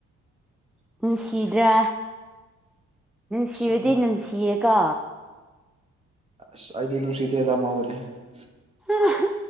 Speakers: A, in the centre; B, on the right.
A: ꯅꯨꯡꯁꯤꯗ꯭ꯔ ꯅꯨꯡꯁꯤꯕꯗꯤ
B: ꯑꯁ
A: ꯅꯨꯡꯁꯤꯌꯦꯀꯣ
B: ꯑꯁ ꯑꯩꯗꯤ ꯅꯨꯡꯁꯤꯗꯦꯗ ꯃꯥꯕꯨꯗꯤ <unintelligible>
A: <unintelligible>